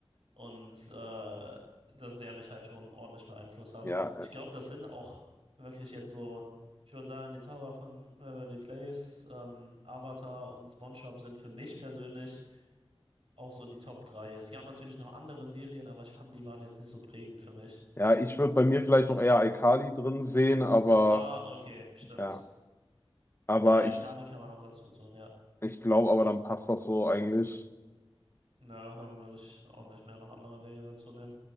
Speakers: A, on the right; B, on the left.
A: und äh, dass der mich halt schon ordentlich beeinflusst hat.
B: Ja, äh,
A: Ich glaube, das sind auch wirklich jetzt so, ich würde sagen, die Zauber von Waverly Place, ähm, Avatar und SpongeBob sind für mich persönlich auch so die Top 3. Es gab natürlich noch andere Serien, aber ich fand, die waren jetzt nicht so prägend für mich.
B: Ja, ich würde bei mir vielleicht noch eher Alkali drin sehen, aber
A: Ah, okay, stimmt.
B: ja, aber
A: Ja,
B: ich,
A: iCarly kann man noch dazu tun, ja.
B: ich glaube, aber dann passt das so eigentlich.
A: Ja, dann würde ich auch nicht mehr noch andere Dinge dazu nehmen.